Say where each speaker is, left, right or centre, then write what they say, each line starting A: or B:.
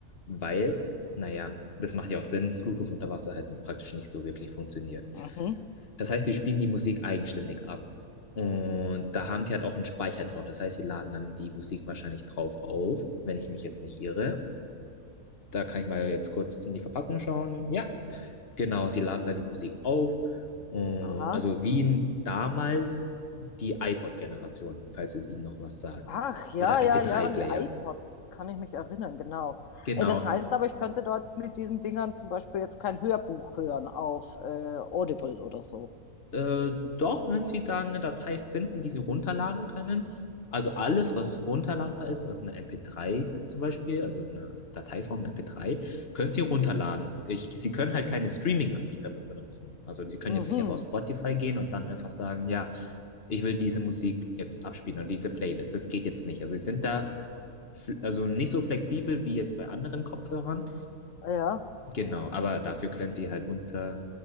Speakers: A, on the left (about 45°); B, on the left (about 65°).
A: weil, naja, das macht ja auch Sinn, Bluetooth unter Wasser halt praktisch nicht so wirklich funktioniert.
B: Mhm.
A: Das heißt, die spielen die Musik eigenständig ab. Und da haben die halt auch einen Speicher drauf. Das heißt, sie laden dann die Musik wahrscheinlich drauf auf, wenn ich mich jetzt nicht irre. Da kann ich mal jetzt kurz in die Verpackung schauen. Ja, Genau, sie laden da die Musik auf. Und
B: Aha.
A: also Wien damals die iPod-Generation, falls es Ihnen noch was sagt.
B: Ach, ja,
A: Oder MP3-Player.
B: ja, ja, an die iPods kann ich mich erinnern, genau.
A: Genau.
B: Äh, das heißt aber, ich könnte dort mit diesen Dingern zum Beispiel jetzt kein Hörbuch hören auf äh, Audible oder so.
A: Äh, doch, wenn Sie da eine Datei finden, die Sie runterladen können. Also alles, was runterladbar ist, also eine MP3 zum Beispiel, also eine Dateiform MP3, können Sie runterladen. Ich, Sie können halt keine Streaming-Anbieter be- benutzen. Also Sie können
B: Mhm.
A: jetzt nicht einfach auf Spotify gehen und dann einfach sagen, ja, ich will diese Musik jetzt abspielen und diese Playlist. Das geht jetzt nicht. Also Sie sind da, fl- also nicht so flexibel wie jetzt bei anderen Kopfhörern.
B: Ja.
A: Genau, aber dafür können sie halt unter